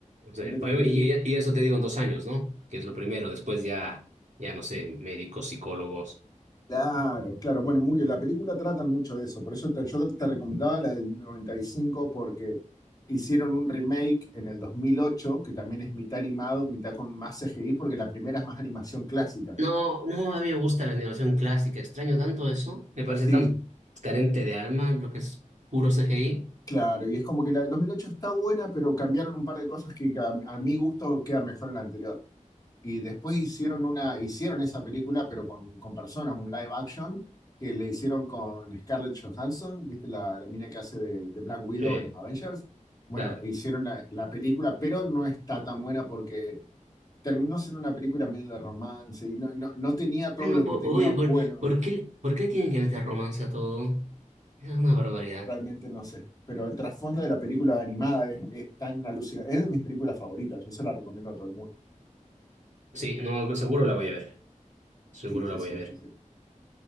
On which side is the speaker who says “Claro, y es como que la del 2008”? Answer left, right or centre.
Left